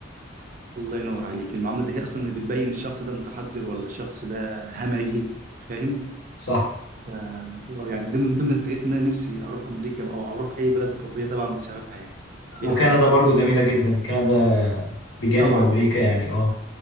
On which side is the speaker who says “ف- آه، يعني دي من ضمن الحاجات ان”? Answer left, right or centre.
Right